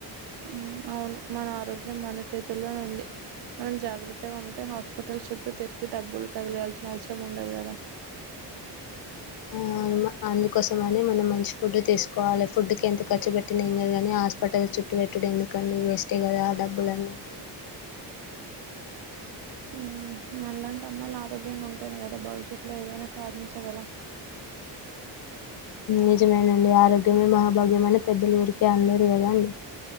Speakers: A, on the right; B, on the left.
A: ఉమ్ అవును మన ఆరోగ్యం మన చేతుల్లోనే ఉంది మనం జాగ్రత్తగా ఉంటే హాస్పిటల్ చుట్టూ తిరిగి డబ్బులు తగలేయాల్సిన అవసరం ఉండదు కదా
B: ఆ అన్న అందుకోసమనే మనం మంచి ఫుడ్ తీసుకోవాలి ఫుడ్ కి ఎంత ఖర్చు పెట్టినా ఎం కాదు కానీ హాస్పిటల్ చుట్టు పెట్టుడు ఎందుకండి వేస్టే ఏ కదా ఆ డబ్బులన్నీ
A: ఉమ్ మళ్ళా అంటే అమ్మాయిలు ఆరోగ్యంగా ఉంటానే కదా భవిష్యత్లో ఏదైనా సాధించగలం
B: నిజమేనండి ఆరోగ్యమే మహాభాగ్యమ అని పెద్దలు ఊరికే అనలేరు కదా అండి